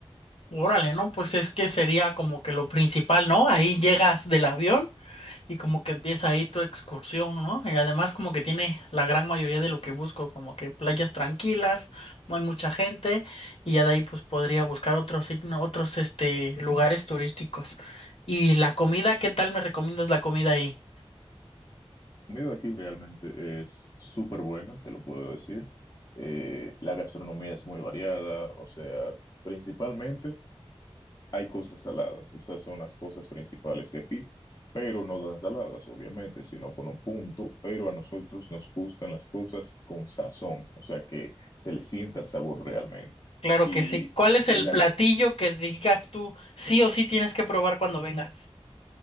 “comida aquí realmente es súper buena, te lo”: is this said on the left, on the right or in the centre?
Left